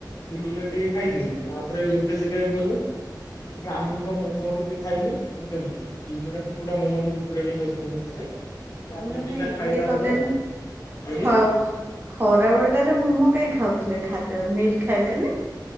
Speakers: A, on the left; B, on the right.
A: ଗୁଲୁଗୁଲା ଟିକେ ଖାଇଥିଲୁ
B: ଆଚ୍ଛା
A: ତାପରେ ଗୋଟେ ଯାଗାକୁ ଗଲୁ ଆମ ତ ମୋମୋ ଟିକେ ଖାଇଲୁ ବୁଝୁଛନ୍ତି ଯୋଉଟା କୁକୁଡ଼ା ମୋମୋ ଯୋଉ କୁକୁାଡା ଟିକେ ପଶିଥିବ ସେଥିରେ ତାପରେ
B: ଇଏ ମାନେ
A: ସେଇଟା ଖାଇଲା
B: ଇଏ କଲେନି
A: ପରେ ଆଜ୍ଞା
B: ଖ ଖ ଖରାବେଳଟାରେ ମୋମୋ କାଇଁ ଖାଉଥିଲେ ଖାଦ୍ୟ ମିଲ୍ ଖାଇଲେନି